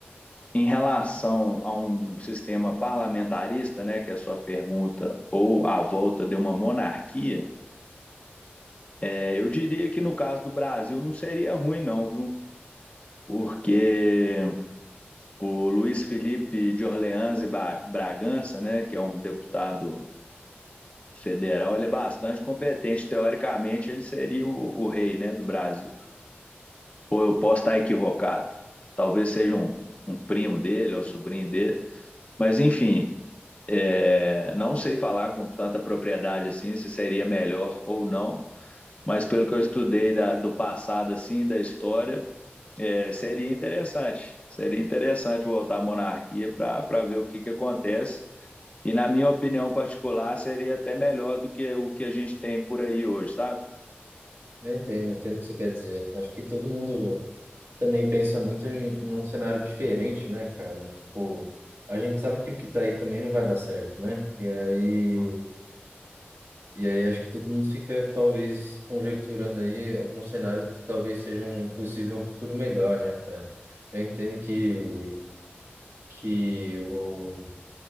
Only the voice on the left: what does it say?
em relação a um sistema parlamentarista, né, que é a sua pergunta, ou à volta de uma monarquia, é, eu diria que no caso do Brasil não seria ruim, não, viu? Porque o Luiz Felipe de Orleans e Bragança, né, que é um deputado federal, ele é bastante competente. Teoricamente, ele seria o, o rei, né, do Brasil. Ou eu posso estar equivocado. Talvez seja um, um primo dele, um sobrinho dele. Mas, enfim, É, não sei falar com tanta propriedade assim se seria melhor ou não, mas pelo que eu estudei da, do passado assim, da história, é, seria interessante. Seria interessante voltar à monarquia para ver o que, que acontece. E na minha opinião particular, seria até melhor do que o que a gente tem por aí hoje, sabe?